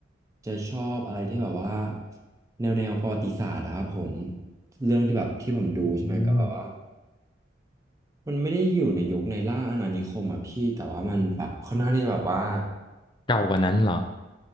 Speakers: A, on the right (about 15°); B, on the left (about 25°).
A: จะชอบอะไรที่แบบว่าแนวแนวประวัติศาสตร์อะครับผมเรื่องที่แบบที่ผมดูใช่ไหมก็แบบว่า
B: อืม
A: มันไม่ได้อยู่ในยุคในล่าอาณานิคมอะพี่แต่ว่ามันแบบค่อนข้างที่จะแบบว่า
B: เก่ากว่านั้นเหรอ